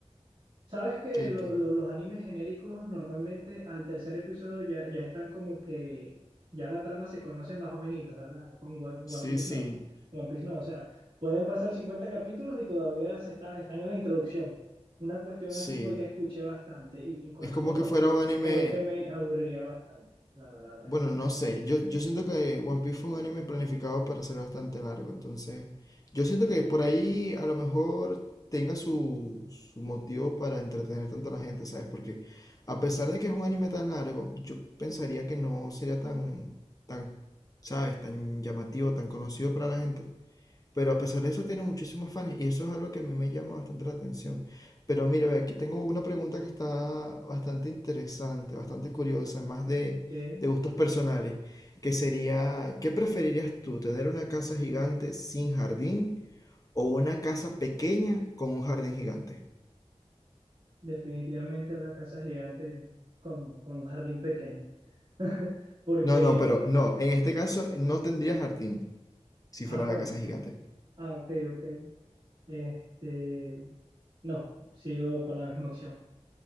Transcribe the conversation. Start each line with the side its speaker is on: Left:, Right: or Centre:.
Right: Sabes que
Left: ¿Qué,
Right: lo-
Left: qué?
Right: lo- los animes genéricos normalmente al tercer episodio ya, ya están como que ya la trama se conoce más o menos, ¿verdad? Con One,
Left: Sí,
Right: One Piece
Left: sí,
Right: no. One Piece no, o sea, pueden pasar 50 capítulos y todavía se está, están en la introducción. Una cuestión
Left: sí.
Right: así fue que escuché bastante y, y cónchale,
Left: Es como
Right: no,
Left: que fuera un anime
Right: creo que me aburriría bastante, la verdad, al respecto.
Left: Bueno, no sé. Yo, yo siento que One Piece fue un anime planificado para ser bastante largo. Entonces, yo siento que por ahí a lo mejor tenga su, su motivo para entretener tanto a la gente, ¿sabes? Porque a pesar de que es un anime tan largo, yo pensaría que no sería tan, tan, ¿sabes? Tan llamativo, tan conocido para la gente. Pero a pesar de eso tiene muchísimos fans y eso es algo que a mí me llama bastante la atención. Pero mira, ve, aquí tengo una pregunta que está bastante interesante, bastante curiosa, más de,
Right: Que
Left: de gustos personales, que sería, ¿qué preferirías tú, tener una casa gigante sin jardín o una casa pequeña con un jardín gigante?
Right: definitivamente la casa gigante con, con un jardín pequeño. <laughs> Porque,
Left: No, no, pero no, en este caso no tendría jardín si
Right: ah,
Left: fuera
Right: con,
Left: una casa gigante.
Right: ah, ok, ok. Este, no, sigo con la misma opción.